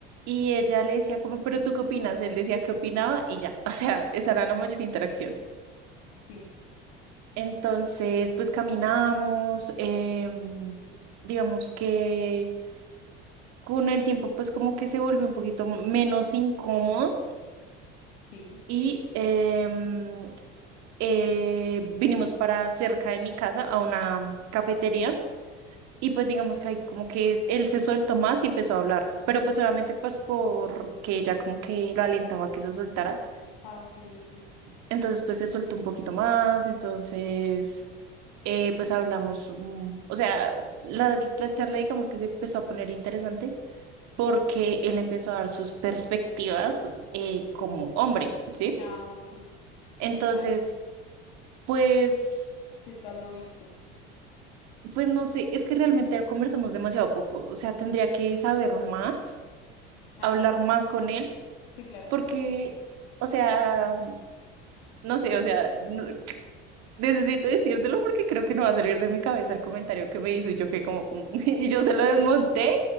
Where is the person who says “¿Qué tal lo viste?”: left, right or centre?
Left